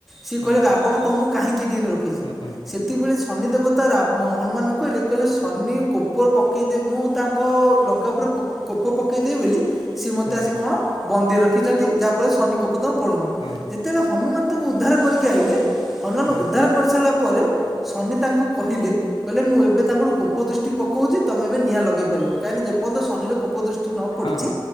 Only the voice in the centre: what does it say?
ସିଏ
କହିଲେ ରାବଣ ତମକୁ କାହିଁକି ଏଠିି ଅଣି ରଖିଛି
ସେତିକି ବେଳେ ଶନିଦେବ ତା ରମ୍ ହନୁମାନଙ୍କୁ କହିଲେ କହିଲେ ସନି କୋପର ପକେଇଦେବି ମୁଁ ତାଙ୍କ ଲଙ୍କା ଉପରେ କୋପୋ ପକେଇଦେବି ବୋଲି ସିଏ ମୋତେ
ଆସି କଣ ବନ୍ଦୀ ରଖିଛନ୍ତି। ଯାହା ଫଳରେ ଶନି କୋପ ତାଙ୍କୁ ପଡୁନି
ଯେତବେଳେ ହନୁମାନ ତାଙ୍କୁ ଉଦ୍ଧାର କରିକି ଆଇଲେ ହନୁମାନ
ଉଦ୍ଧାର କରିସାରିଲା ପରେ ଶନି ତାଙ୍କୁ କହିଲେ କହିଲେ ମୁଁ ଏବେ ତାଙ୍କଠୁ କୋପ ଦୃଷ୍ଟି ପକଉଛି ତମେ ଏବେ ନିଆ ଲଗେଇ ପାରିବ। କାହିଁନା ଯେ ପର୍ଯ୍ୟନ୍ତ ଶନି ର କୋପ ଦୁ ନ ପଡିଛି